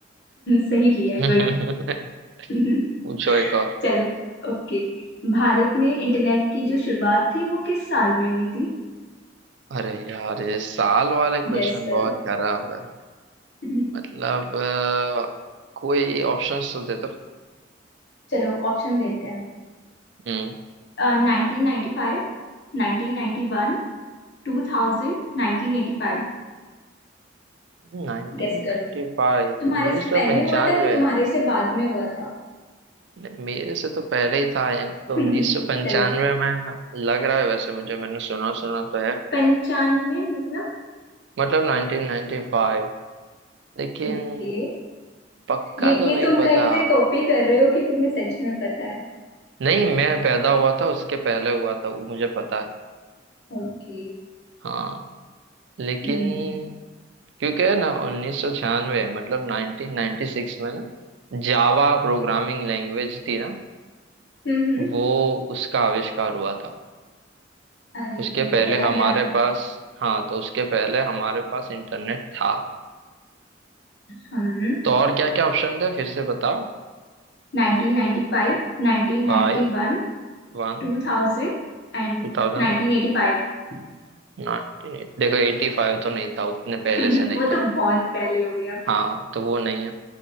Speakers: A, on the left; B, on the right.
A: सही लिया है
B: <laughs>
A: गुड <laughs>
B: पूछो एक और
A: चलो ओके भारत में इंटरनेट की जो शुरुआत थी वो किस साल में हुई थी
B: अरे यार ये साल वाले क्वेश्चन
A: गेस करो
B: बहुत खराब है
A: <clears throat>
B: मतलब
A: <laughs>
B: अ, कोई ऑप्शंस तो दे दो
A: चलो ऑप्शन देते हैं
B: हम्म
A: Nineteen ninety five nineteen ninety one two thousand nineteen eighty five
B: नाइनटीन
A: Guess करो
B: नाइन्टी फाइव उन्नीस
A: तुम्हारे से
B: सौ
A: पहले
B: पंचानवे
A: हुआ था कि तुम्हारे से बाद में हुआ था
B: नहीं, मेरे से तो पहले ही था ये तो
A: <laughs>
B: उन्नीस सौ पंचानवे
A: चलो
B: में लग रहा है वैसे मुझे मैंने सुना सुना तो है
A: पंचानवे मतलब
B: मतलब 1995 लेकिन
A: ओके
B: पक्का
A: ये
B: तो
A: ये
B: नहीं
A: तुम
B: पता
A: कहीं से कॉपी कर रहे हो कि तुम्हें सच में पता है
B: नहीं मैं पैदा हुआ था उसके पहले हुआ था वो मुझे पता है
A: ओके
B: हाँ लेकिन
A: हम्म
B: क्योंकि है ना 1996 मतलब 1996 में ना जावा प्रोग्रामिंग लैंग्वेज थी ना
A: हम्म हम्म।
B: वो उसका आविष्कार हुआ था
A: अरे
B: उसके
A: तुम्हें तो
B: पहले
A: बड़ा
B: हमारे
A: ज्ञान है
B: पास हाँ तो उसके पहले हमारे पास इंटरनेट था
A: हम
B: तो और क्या क्या ऑप्शन थे फिर से बताओ
A: 1995, 1991,
B: Five one
A: 2000 and
B: two thousand
A: 1985
B: nineteen देखो एटी फाइव तो नहीं था उतने
A: <laughs>
B: पहले से नहीं
A: वो तो
B: था
A: बहुत पहले हो गया
B: हाँ तो वो नहीं है